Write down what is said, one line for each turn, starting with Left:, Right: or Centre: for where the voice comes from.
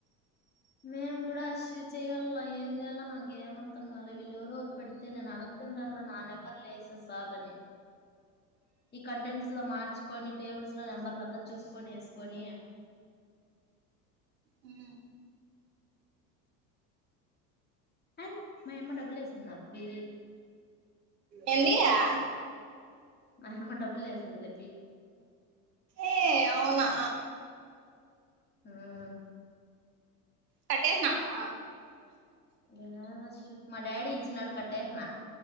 Left: మేం కూడా అషు చేయాల్ల ఏం చేయాలో నాకు ఏం అర్థం కాల వీళ్ళు ఎవరెవరు పెడితే నేను అడగ తింటన్న నా నెంబర్లు వేస్తే చాలని ఈ కంటెంట్స్ లో మార్చు కొని టేబుల్స్ లో నెంబర్లంతా చూసుకొని వేసుకొని
Right: ఉమ్
Left: అండ్ మా యమ్మ డబ్బులు వేస్తుందా ఫి
Right: ఏంది ఆ
Left: మా అమ్మ డబ్బులు వేసింది లే
Right: ఏ అవునా
Left: ఉమ్
Right: కట్టేసినావా
Left: లేదు అశ్షు మా డాడీ ఇచ్చినాడు కట్టేసినా